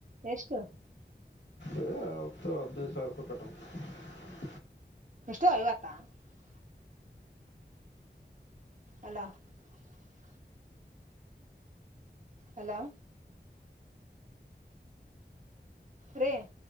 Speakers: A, on the right (about 45°); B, on the left (about 85°).
A: ಎಷ್ಟು
B: <unintelligible> ಅತ್ತು ಹದಿನೈದು ಸಾವಿರ ಕಟ್ಟಬೇಕು
A: ಎಷ್ಟು ಐವತ್ತಾ <unintelligible> ಅಲ್ಲ <unintelligible> ಹಲೋ <unintelligible> ರೇ <unintelligible>